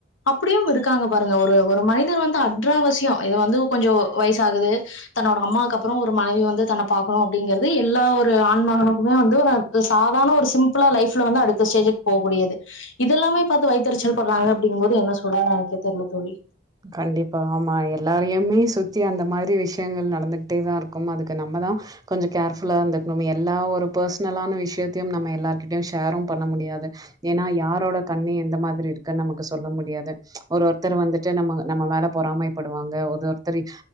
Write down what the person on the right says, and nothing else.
கண்டிப்பா ஆமா எல்லாரையுமே சுத்தி அந்த இந்த மாரி விஷயங்கள் நடந்துகிட்டே தா இருக்கும் அதுக்கு நம்ம தா கொஞ்சோ கேர்ஃபுல்லாந்துக்ணு எல்லா ஒரு பர்சனலான விஷ்யத்யு நம்ம எல்லார்கிட்டயு ஷேரும் பண்ண முடியாது ஏனா யாரோட கண்ணு எந்த மாதிரி இருக்குன்னு நமக்கு சொல்ல முடியாது ஒரு ஒருத்தர் வந்துட்டு நம்ம நம்ம மேல பொறமைப் படுவாங்க ஒரு ஒருத்தரு